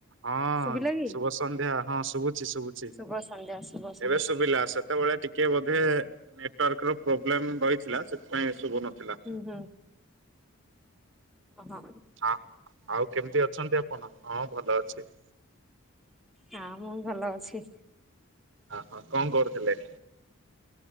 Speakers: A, on the right (about 60°); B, in the centre.
A: ହଁ
B: ଶୁଭିଲା କି?
A: ଶୁଭ ସନ୍ଧ୍ୟା ହଁ ଶୁଭୁଚି ଶୁଭୁଚି।
B: ଶୁଭ ସନ୍ଧ୍ୟା ଶୁଭ। ସନ୍ଧ୍ୟା।
A: ଏବେ ଶୁଭିଲା ସେତେବେଳେ ଟିକ କେ ବୋଧେ ନେଟୱାର୍କ ର ପ୍ରୋବ୍ଲେମ ରହିଥିଲା ସେଥିପାଇଁ ଶୁଭୁ ନଥିଲା।
B: ହୁଁ ହୁଁ। ଓହୋ।
A: ହଁ ଆଉ କେମିତି ଅଛନ୍ତି ଆପଣ? ହଁ ଭଲ ଅଛି।
B: ହଁ ମୁଁ ଭଲ ଅଛି।
A: ଓହୋ କଣ କରୁଥିଲେ?